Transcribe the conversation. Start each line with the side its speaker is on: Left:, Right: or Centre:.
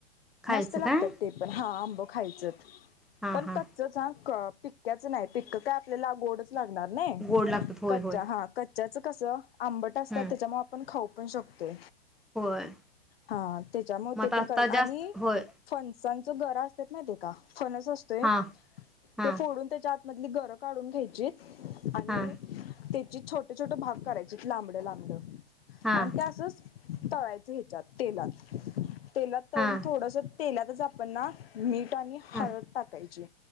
Centre: खायचं
Left: मस्त लागतात
Centre: काय
Left: ते पण हा आंब खायचत
Centre: हा
Left: पण
Centre: हा
Left: कच च हां कर पी पिकक्याच नाही पिक्क काय आपल्याला गोडच लागणार नाही
Centre: गोड लागतात होय
Left: कच्च्या
Centre: होय
Left: हा कच्च्याच कस आंबट असतात
Centre: हम्म
Left: त्याच्यामुळ आपण खाऊ पण शकतो
Centre: होय.
Left: हा त्याच्यामुळे
Centre: मग
Left: ते
Centre: आता
Left: पण
Centre: आत्ता
Left: करायच आणि
Centre: जास्त होय
Left: फनसांच गरा असत नाही ते का फनस असतोय
Centre: हां हां
Left: ते फोडून त्याच्यात मधली गरं काढून घ्यायचीत आणि
Centre: हां
Left: त्याची छोटी ट छोटे भाग करायचेत लांबड लांबड
Centre: हां
Left: आणि ते असंच तळायच ह्याच्यात तेलात तेलात तळून
Centre: हां
Left: थोडस तेलातच आपण ना मीठ आणि हळद
Centre: हां
Left: टाकायची